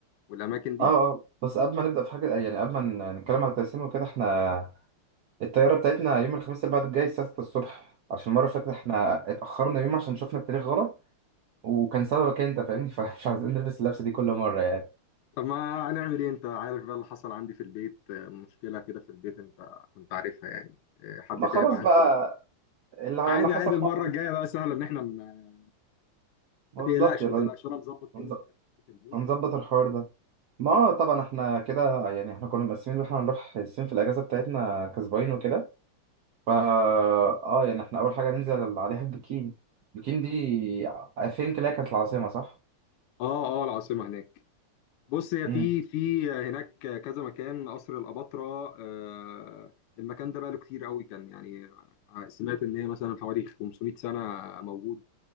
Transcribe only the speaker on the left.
والاماكن دي
طب ما هنعمل ايه انت عارف بقى اللي حصل عندي في البيت آه، مشكلة كده في البيت انت كنت عارفها يعني آه، حد
تعب
اه عندي
بقى.
عادي
عادي
المرة الجاية بقى سهلة ان احنا ما
ما تقلقش
ما تقلقش انا مظبط كل
حاجة في البيت
و...
اه اه العاصمة هناك بص هي
في في هناك كذا مكان قصر الأباطرة آه، المكان ده بقى له كتير قوي كان يعني آه، سمعت ان هي مثلا حوالي 500 سنة موجود